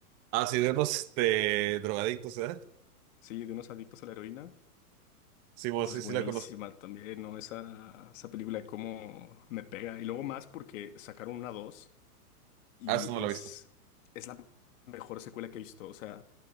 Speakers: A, on the right; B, on the left.
A: Ah, sí, de los este, drogadictos, ¿eh?
B: Sí, de unos adictos a la heroína.
A: Sí, bueno,
B: Esa
A: sí,
B: es buenísima
A: sí la conozco.
B: también, ¿no? Esa, esa película, cómo me pega. Y luego más porque sacaron una 2. y
A: Ah, esa no
B: es,
A: la he visto.
B: es la mejor secuela que he visto. O sea,